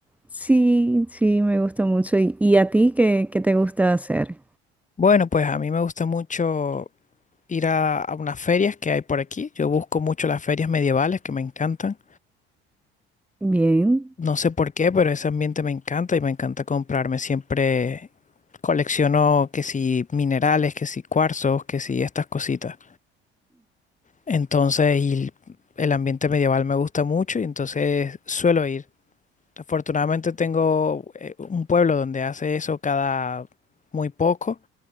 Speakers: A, in the centre; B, on the left.
A: Sí, sí, me gusta mucho. ¿Y, y a ti qué, qué te gusta hacer?
B: Bueno, pues a mí me gusta mucho ir a, a unas ferias que hay por aquí. Yo busco mucho las ferias medievales que me encantan.
A: Bien.
B: No sé por qué, pero ese ambiente me encanta y me encanta comprarme siempre. Colecciono que si minerales, que si cuarzos, que si estas cositas. Entonces, y el ambiente medieval me gusta mucho y entonces suelo ir. Afortunadamente tengo eh, un pueblo donde hace eso cada muy poco